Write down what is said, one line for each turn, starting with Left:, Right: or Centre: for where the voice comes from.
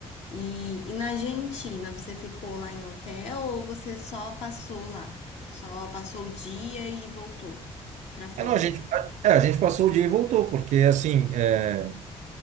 Left: E, e na Argentina, você ficou lá em hotel ou você só passou lá? Só passou o dia e voltou pra fora?
Right: É, não, a gente, é, a gente passou o dia e voltou, porque assim, é,